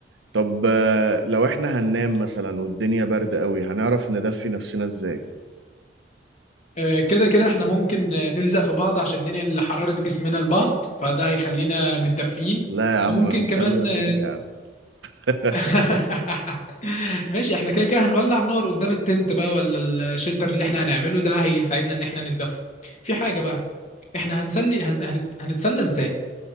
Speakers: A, on the right; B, on the left.
A: طب آه، لو احنا هننام مثلا والدنيا برد قوي هنعرف ندفي نفسنا ازاي
B: آه، كده كده احنا ممكن آه، نلزق في بعض عشان ننقل حرارة جسمنا لبعض فده هيخلينا متدفيين
A: لا يا عم
B: وممكن
A: مش
B: كمان
A: هلا
B: آه،
A: فيك يا عم <laughs>
B: <laughs> ماشي احنا كده كده هنولع النار قدام التنت بقى ولا الشلتر اللي احنا هنعمله ده هيساعدنا ان احنا نتدفى في حاجة بقى احنا هنسلي هن... هنت... هنتسلى ازاي